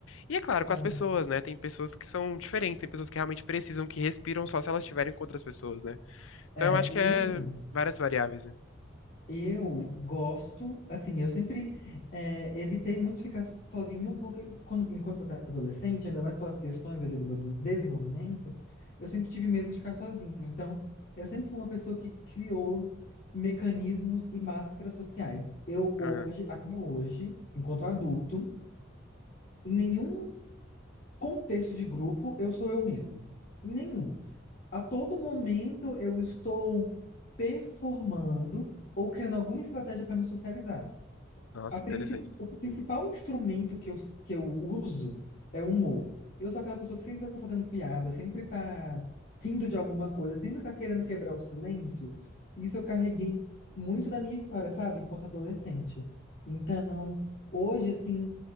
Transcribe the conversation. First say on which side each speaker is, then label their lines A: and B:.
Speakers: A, on the left; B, on the left.
A: E é claro,
B: Ah,
A: com as pessoas, né? Tem pessoas que são diferentes, tem pessoas que realmente precisam, que respiram só se elas estiverem com outras pessoas, né? Então
B: É,
A: eu acho
B: e
A: que é
B: eu.
A: várias variáveis, né?
B: Eu gosto, assim, eu sempre eh, evitei muito ficar sozinho, porque quando, enquanto você é adolescente, ainda mais pelas questões ali do meu de- desenvolvimento, eu sempre tive medo de ficar sozinho. Então, eu sempre fui uma pessoa que criou mecanismos e máscaras sociais. Eu hoje,
A: Aham.
B: até hoje, enquanto adulto, em nenhum contexto de grupo, eu sou eu mesmo. Em nenhum. A todo momento, eu estou performando ou criando alguma estratégia para me socializar.
A: Nossa,
B: A princi-
A: interessante isso.
B: o principal instrumento que eu, s- que eu uso é o humor. Eu sou aquela pessoa que sempre tá fazendo piada, sempre tá rindo de alguma coisa, sempre tá querendo quebrar o silêncio. Isso eu carreguei muito da minha história, sabe? Enquanto adolescente. Então, hoje, assim,